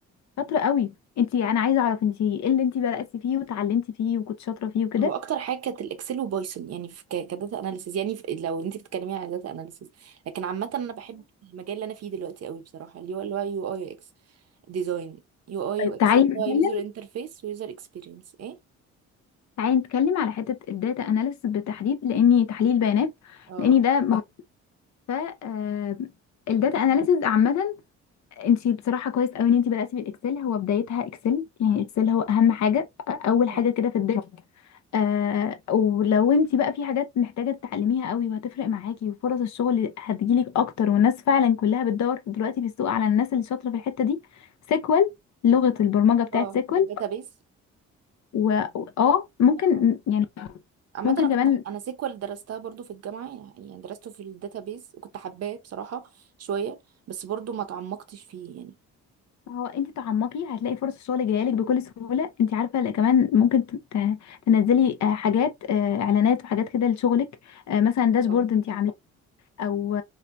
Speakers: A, on the left; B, on the right.
A: شاطره قوي انتي انا عايزه اعرف انتي ايه اللي انتي بداتي فيه وتعلمتي فيه وكنت شاطره فيه وكده
B: هو اكتر حاجه كانت الاكسل وبايثون يعني في ك- كداتا اناليسيز يعني في لو انت بتتكلمي على داتا اناليسيز لكن عامه انا بحب المجال اللي انا فيه دلوقتي قوي بصراحه اللي هو اللي هو يو اي يو اكس ديزاين يو اي
A: طيب
B: يو اكس
A: تعالي نتكلم
B: هو يوزر انترفيس ويوزر اكسبيرينس ايه
A: تعالي نتكلم على حتة الداتا اناليسيس بالتحديد لاني تحليل بيانات
B: اه
A: لاني ده موضوع ف آه، الداتا اناليسيس عامة انت بصراحة كويس قوي ان انت بدأتي بالاكسل هو بدايتها اكسل يعني اكسل هو اهم حاجة اول
B: اه
A: حاجة كده في الداتا آه ولو انت بقى في حاجات محتاجة تتعلميها قوي وهتفرق معاكي وفرص الشغل هتجيلك اكتر والناس فعلا كلها بتدور دلوقتي في السوق على الناس اللي شاطرة في الحتة دي سيكوال لغة البرمجة بتاعت
B: اه
A: سيكوال
B: الداتا بيز
A: و اه ممكن
B: اه
A: يعني
B: عامة
A: ممكن
B: انا كنت
A: كمان
B: انا سيكوال درستها برضو في الجامعة يعني يعني درسته في الداتابيز كنت حباه بصراحة شوية بس برضو ما تعمقتش فيه يعني
A: ما هو انت تعمقي هتلاقي فرص الشغل جايه لك بكل سهوله انت عارفه لا كمان ممكن ت- ت- تنزلي آه، حاجات آه، اعلانات وحاجات كده لشغلك آه، مثلا داشبورد
B: اه
A: انت او